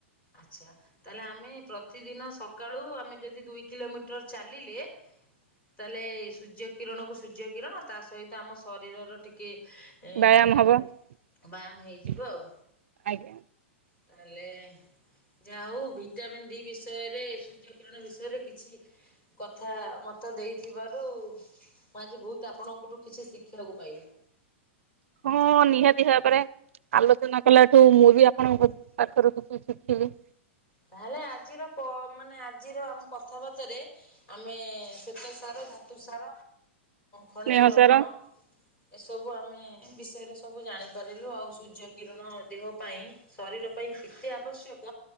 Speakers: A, on the left; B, on the right.
A: ଆଛା ତାହେଲେ ଆମେ ପ୍ରତିଦିନ ସକାଳୁ ଆମେ ଯଦି ଦୁଇ କିଲୋମିଟର ଚାଲିଲେ <inaudible> ତାହେଲେ ସୂର୍ଯ୍ୟ କିରଣକୁ ସୂର୍ଯ୍ୟ କିରଣ ତା ସହିତ ଆମ ଶରୀରର ଟିକେ ଏଁ
B: ବ୍ୟାୟାମ ହବ
A: ବାମ୍ ହେଇଯିବ
B: <inaudible>
A: ଆଉ
B: ଆଜ୍ଞା।
A: ତାହେଲେ ଯାହା ହୋଉ ଭିଟାମିିନ ଡି ବିଷୟରେ ସୂର୍ଯ୍ୟ କିରଣ ବିଷୟରେ କିଛି କଥା ମତେ ଦେଇଥିବାରୁ ମୁଁ ଆଜି ବୋହୁତ ଆପଣଙ୍କଠୁ କିଛି ଶିଖିବାକୁ ପାଇଲି।
B: ମୁଁ ନିହାତି ଭାବରେ ଆଲୋଚନା କଲାଠୁ ମୁଁ ବି ଆପଣଙ୍କ ପାଖରୁ କିଛି ଶିଖିବି।
A: ତାହେଲେ ଆଜିର ମାନେ ଆଜିର ଆମ କଥାବାର୍ତ୍ତରେ ଆମେ ଶ୍ଵେତ ସାର ଧାତୁ ସାର ଖଣିଜ
B: ସ୍ନେହ
A: ଲବଣ
B: ସାର
A: ଏସବୁ ଆମେ ବିଷୟରେ ସବୁ ଜାଣିପାରିଲୁ ଆଉ ସୂର୍ଯ୍ୟ କିରଣ ଦେହ ପାଇଁ ଶରୀର ପାଇଁ କେତେ ଆବଶ୍ୟକ